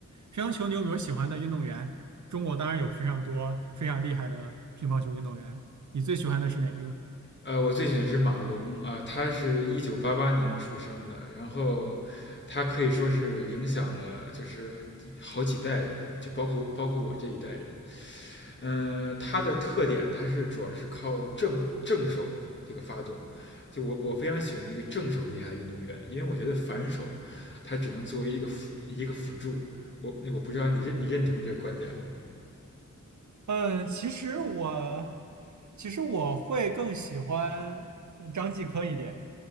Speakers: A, on the right; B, on the left.
A: 乒乓球你有没有喜欢的运动员？中国当然有非常多非常厉害的乒乓球运动员，你最喜欢的是哪一个？
B: 呃，我最喜欢是马龙啊、呃他是一九八八年出生的，然后他可以说是影响了就是好几代人，就包括包括我这一代人。嗯、呃他的特点他是主要是靠正正手这个发动，就我我非常喜欢那个正手厉害的运动员，因为我觉得反手他只能作为一个辅一个辅助。我那我不知道你认你认同这个观点吗？
A: 嗯，其实我其实我会更喜欢嗯张继科一点。